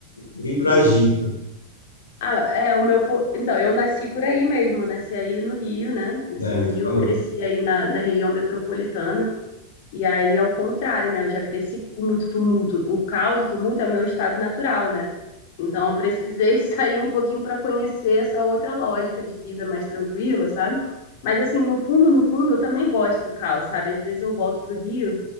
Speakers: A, on the left; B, on the left.
A: vim pro
B: entendi.
A: agito,
B: Ah, é, o meu. fo- Então, eu nasci por aí mesmo, nasci aí no Rio, né? Nasci
A: né?
B: no Rio,
A: Tu falou.
B: cresci aí na, na região metropolitana. E aí, ao contrário, né? Eu já cresci com muito tumulto. O caos, o tumulto é meu estado natural, né? Então, eu precisei <laughs> sair um pouquinho para conhecer essa outra lógica de vida mais tranquila, sabe? Mas, assim, no fundo, no fundo, eu também gosto do caos, sabe? Às vezes eu volto para o Rio